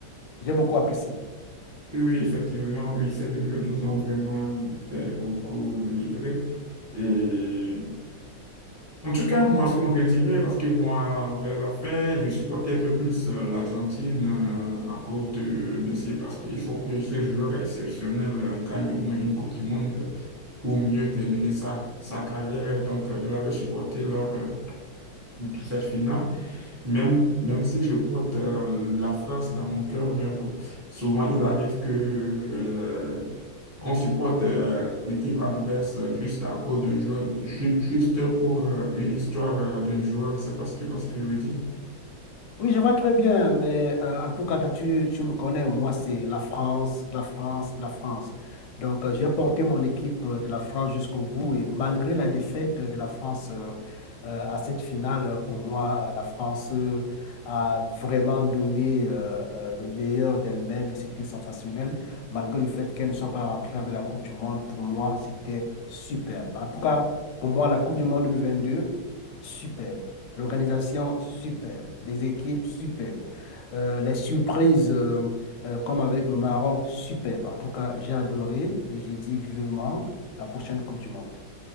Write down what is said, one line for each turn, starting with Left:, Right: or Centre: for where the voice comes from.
Left: J'ai beaucoup apprécié.
Right: Oui, oui, effectivement, oui, ces deux jeux nous ont vraiment fait beaucoup vibrer. Et En tout cas, moi, ce que moi je dirais, parce que moi, vers la fin, je supportais un peu plus euh, l'Argentine euh, à cause de Messi, parce qu'il faut que ce joueur exceptionnel euh, gagne au moins une Coupe du Monde euh, pour mieux terminer sa, sa carrière. Et Donc, euh, je l'avais supporté lors euh, de toute cette finale, même, même si je porte euh, la France dans mon cœur, mais bon, souvent il arrive que euh, qu'on supporte euh, l'équipe adverse euh, juste à cause d'un joueur, ju- juste pour euh, une histoire euh, d'un joueur. Je ne sais pas si tu vois ce que je veux dire.
Left: Oui, je vois très bien, mais euh, en tout cas, toi, tu, tu me connais, moi, c'est la France, la France, la France. Donc, euh, j'ai porté mon équipe euh, de la France jusqu'au bout et malgré la défaite euh, de la France euh, euh, à cette finale, euh, pour moi, euh, la France euh, a vraiment donné euh, euh, le meilleur d'elle-même et c'était sensationnel. Malgré le fait qu'elle ne soit pas rentrée avec la Coupe du Monde, pour moi, c'était superbe. En tout cas, pour moi, la Coupe du Monde 2022, superbe. L'organisation superbe, les équipes superbes, euh, les surprises euh, euh, comme avec le Maroc superbes. En tout cas, j'ai adoré et j'ai dit vivement la prochaine Coupe du Monde.